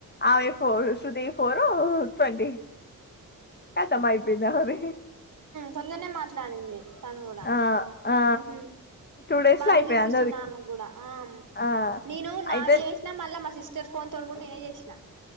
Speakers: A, on the left (about 30°); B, on the right (about 60°).
A: ఆమె ఈ ఫోర్ శృతి యి ఫోరు ట్వంటీ కతమైపోంది ఆమెది
B: తొందర్నె మాట్లాడింది తను కూడా
A: ఆ ఆ
B: మ్ హు
A: టూ డేస్
B: బానే
A: లో అయిపోయాయి
B: చూపిస్తుంది
A: అందరివి
B: ఆమెక్కూడా ఆ
A: ఆ
B: నేను నావి
A: అయితే
B: చేసినా మళ్ళా మా సిస్ స్టర్ ఫోన్ తోటి గుడ నినే చేసిన